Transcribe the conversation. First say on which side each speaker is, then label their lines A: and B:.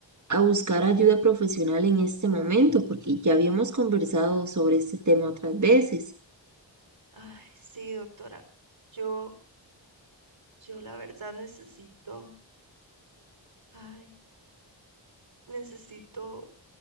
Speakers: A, on the right; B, on the right.
A: a buscar ayuda profesional en este momento? Porque ya habíamos conversado sobre este tema otras veces.
B: Ay, sí, doctora. Yo, yo la verdad necesito. Ay. Necesito